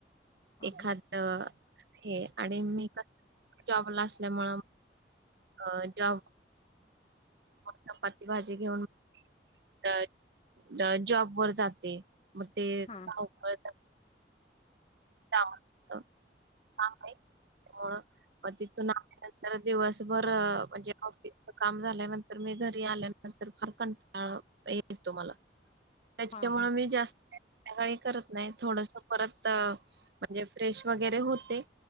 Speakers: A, on the left; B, on the right.
A: हा
B: एखाद हे आणि मी जॉबला असल्यामुळें अ ज चपाती भाजी घेऊन अ जॉब वर जाते मग ते
A: हा हा
B: धावपळ <unintelligible> म्हणून तिथून आल्यानंतर दिवसभर म्हणजे ऑफिस काम झाल्यानंतर मी घरी आल्यानंतर फार कंटाळा येतो मला त्यांच्यामुळे
A: हा हा हा
B: मी जास्त काही संध्याकाळी करत नाही थोडस परत म्हणजे फ्रेश वगैरे होते